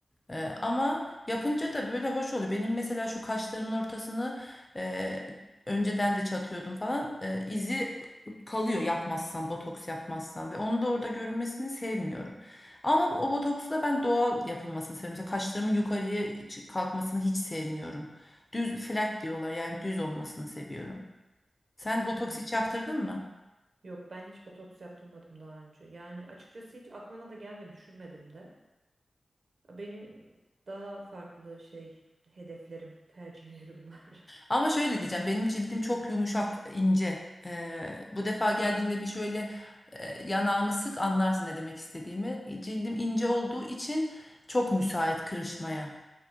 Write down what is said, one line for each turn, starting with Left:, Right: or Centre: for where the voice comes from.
Left: Ee, ama yapınca da böyle hoş oluyor. Benim mesela şu kaşlarımın ortasını e, önceden de çatıyordum falan. E, izi kalıyor yapmazsam, botoks yapmazsam ve onu da orada görünmesini sevmiyorum. Ama o botoksu da ben doğal yapılmasını seviyorum. Mesela kaşlarımın yukarıya çı- kalkmasını hiç sevmiyorum. Düz flat diyorlar yani düz olmasını seviyorum. Sen botoks
Right: Hmm.
Left: hiç yaptırdın mı?
Right: Yok ben hiç botoks yaptırmadım daha önce. Yani açıkçası hiç aklıma da gelmedi, düşünmedim de. Benim daha farklı şey hedeflerim, tercihlerim var. <laughs>
Left: Ama şöyle diyeceğim benim cildim çok yumuşak ince. Ee, bu defa geldiğinde bir şöyle e, yanağımı sık anlarsın ne demek istediğimi. E, Cildim ince olduğu için çok müsait kırışmaya.